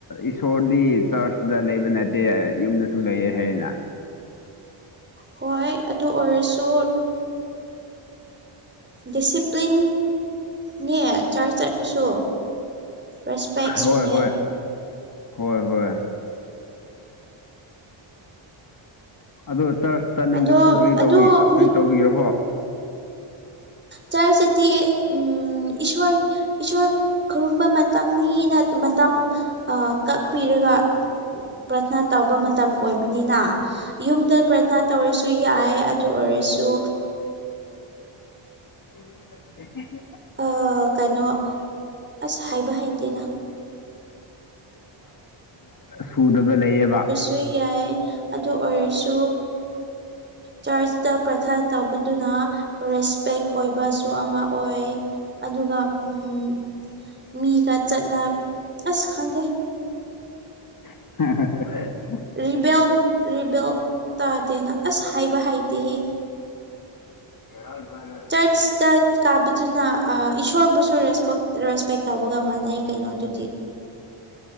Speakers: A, on the left; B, on the right.
A: ꯏꯁꯣꯔꯗꯤ ꯆꯔꯆꯇ ꯂꯩꯕ ꯅꯠꯇꯦ ꯌꯨꯝꯗ ꯁꯨ ꯂꯩꯑꯦ ꯍꯥꯏꯅ
B: ꯍꯣꯏ ꯑꯗꯨ ꯑꯣꯏꯔꯁꯨ ꯗꯤꯁꯤꯄ꯭ꯂꯤꯟ ꯅꯦ ꯆ꯭ꯥꯔꯆ ꯆꯠꯄꯁꯨ ꯔꯦꯁ꯭ꯄꯦꯛꯁꯨꯅꯦ
A: ꯍꯣꯏ ꯍꯣꯏ ꯍꯣꯏ ꯍꯣꯏ ꯑꯗꯣ ꯆꯥ꯭ꯔꯆ ꯆꯥꯅꯤꯡꯗꯕꯗꯨ
B: ꯑꯗꯣ ꯑꯗꯣ
A: ꯀ ꯀꯔꯤ ꯇꯧꯕꯤꯒꯦꯔꯣ
B: ꯆꯔꯆꯁꯤꯗꯤ ꯎꯝ ꯏꯁꯣꯔ ꯏꯁꯣꯔ ꯈꯨꯔꯨꯝꯕ ꯃꯇꯝꯅꯤꯅ ꯃꯇꯝ ꯀꯛꯄꯤꯔꯒ ꯄ꯭ꯔꯊꯅꯥ ꯇꯧꯕ ꯃꯇꯝ ꯑꯣꯏꯕꯅꯤꯅ ꯌꯨꯝꯗ ꯄ꯭ꯔꯊꯅꯥ ꯇꯧꯔꯁꯨ ꯌꯥꯏ ꯑꯗꯨ ꯑꯣꯏꯔꯁꯨ
A: <inaudible>
B: ꯑꯥ ꯀꯩꯅꯣ ꯑꯁ ꯍꯥꯏꯕ ꯍꯩꯇꯦꯗ
A: ꯁꯨꯗꯕ ꯂꯩꯌꯦꯕ
B: ꯁꯨ ꯌꯥꯏ ꯑꯗꯨ ꯑꯣꯏꯔꯁꯨ ꯆꯥꯔꯆ ꯇ ꯄ꯭ꯔꯊꯥꯅ ꯇꯧꯕꯗꯨꯅ ꯔꯦꯁꯄꯦꯛ ꯑꯣꯏꯕꯁꯨ ꯑꯃ ꯑꯣꯏ ꯑꯗꯨꯒ ꯑꯝ ꯃꯤꯒ ꯆꯠꯅ ꯑꯁ ꯈꯪꯗꯦ
A: <inaudible>
B: ꯔꯤꯕꯦꯜ ꯔꯤꯕꯦꯜ ꯇꯥꯗꯦꯅ ꯑꯁ ꯍꯥꯏꯕ ꯍꯩꯇꯦꯍꯦ
A: ꯌꯥꯔ ꯃ <inaudible>
B: ꯆꯔꯆꯇ ꯀꯥꯕꯗꯨꯅ ꯏꯁꯣꯔꯕꯨꯁꯨ ꯔꯦꯁꯄꯦꯛ ꯔꯦꯁꯄꯦꯛ ꯇꯧꯕꯒ ꯃꯥꯟꯅꯩ ꯀꯩꯅꯣ ꯑꯗꯨꯗꯤ